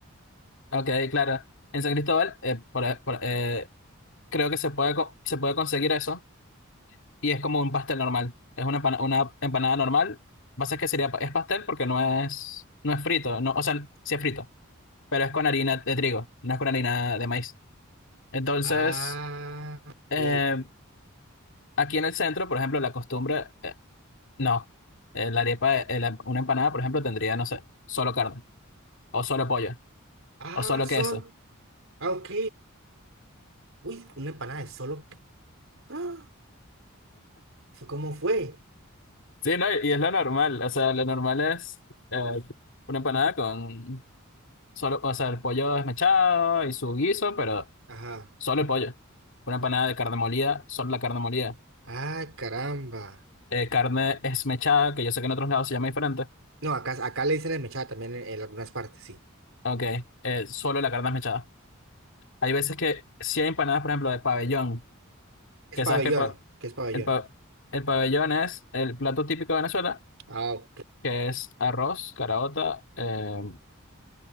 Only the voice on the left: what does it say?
ok, claro. En San Cristóbal, eh, por- por- eh, creo que se puede, co- se puede conseguir eso y es como un pastel normal. Es una, empana- una empanada normal. Pasa es que sería, pa- es pastel porque no es, no es frito, no, o sea, sí es frito, pero es con harina de trigo, no es con harina de maíz. Entonces,
eh, aquí en el centro, por ejemplo, la costumbre, eh, no, Eh, la arepa, eh, la- una empanada, por ejemplo, tendría, no sé, solo carne, o solo pollo,
o solo
queso.
Sí, no, y es lo normal, o sea, lo normal es eh, una empanada con solo, o sea, el pollo desmechado y su guiso, pero...
Solo el pollo. Una empanada de carne molida, solo la carne molida.
Eh, carne esmechada, que yo sé que en otros lados se llama diferente.
Ok, eh, solo la carne esmechada. Hay veces que si hay empanadas, por ejemplo, de pabellón,
que
sabes que el, pa-
el pa- el pabellón es el plato típico de Venezuela,
que es arroz, caraota, eh,